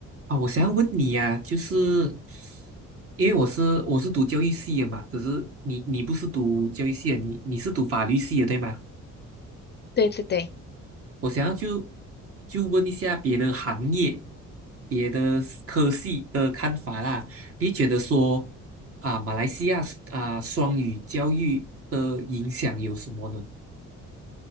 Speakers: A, on the right (about 50°); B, on the left (about 35°).
A: 啊，我想要问你呀、就是因为我是我是读教育系的嘛，可是你你不是读教育系的，你你是读法律系的对吗？
B: 对对对，
A: 我想要就就问一下别的行业、别的 s- 科系的看法啦。你觉得说啊，马来西亚啊双语教育的影响有什么呢？